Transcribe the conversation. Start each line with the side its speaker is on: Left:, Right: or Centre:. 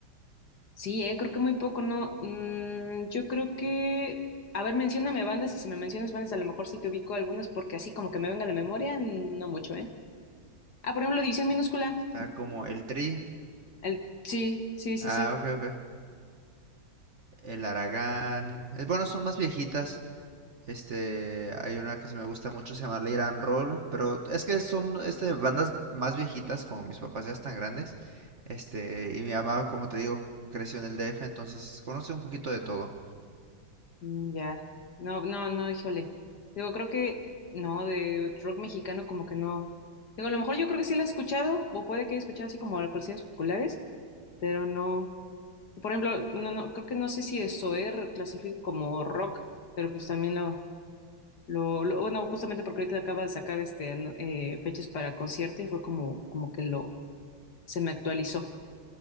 Left: Sí, eh, creo que muy poco, ¿no? Mm, yo creo que, a ver, mencióname bandas y si me mencionas bandas, a lo mejor sí te ubico algunas porque así como que me venga a la memoria, no mucho, ¿eh? Ah, por ejemplo, División Minúscula.
Right: Está como el Tri,
Left: El... Sí, sí, sí,
Right: ah,
Left: sí.
Right: ok, ok, el Aragán, es, bueno, son más viejitas. Este, hay una que se me gusta mucho, se llama Late and Roll, pero es que son este, bandas más viejitas, como mis papás ya están grandes. Este, y mi mamá, como te digo, creció en el DF, entonces conoce un poquito de todo.
Left: Mm, ya. No, no, no, híjole. Digo, creo que, no, de rock mexicano como que no. Digo, a lo mejor yo creo que sí la he escuchado, o puede que haya escuchado así como las canciones populares, pero no. Por ejemplo, no, no, creo que no sé si eso, eh, clasifico como rock, pero pues también no. Lo, lo- bueno, justamente porque ahorita acaba de sacar este ano- eh, fechas para concierto y fue como, como que lo se me actualizó.